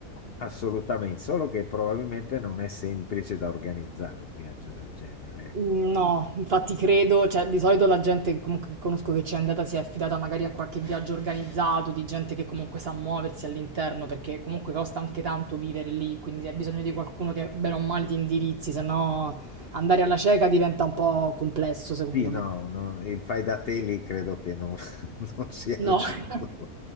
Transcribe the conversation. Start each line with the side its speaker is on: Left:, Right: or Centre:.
Left: assolutamente, solo che probabilmente non è semplice da organizzare un viaggio del genere, ecco.
Right: Mm, No, infatti credo, cioè di solito la gente comunque che conosco che ci è andata si è affidata magari a qualche viaggio organizzato, di gente che comunque sa muoversi all'interno, perché comunque costa anche tanto vivere lì, quindi hai bisogno di qualcuno che bene o male ti indirizzi, se no andare alla cieca diventa un po' complesso secondo
Left: Sì, no,
Right: me.
Left: no, il fai da te lì credo che non, <laughs> non sia il
Right: No, <laughs>
Left: caso,